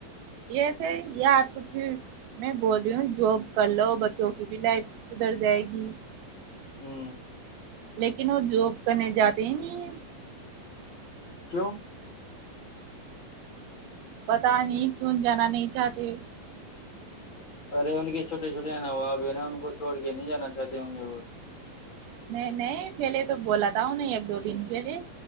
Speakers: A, on the right; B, on the left.
A: ایسے یار کچھ میں بول رہی ہوں جاب کر لو بچوں کی بھی لائف سدھر جائے گی
B: ہوں
A: لیکن وہ جاب کرنے جاتے ہی نہیں
B: کیوں
A: پتا نہیں کین جانا نہیں چاہتے
B: ارے ان کے چھوٹے چھوٹے نواب ہے نا ان کو چھوڑ کے نہیں جانا چاہتے ہوں گے وہ
A: نہیں نہیں پہلے تو بولا تھا نہیں ایک دو دن پہلے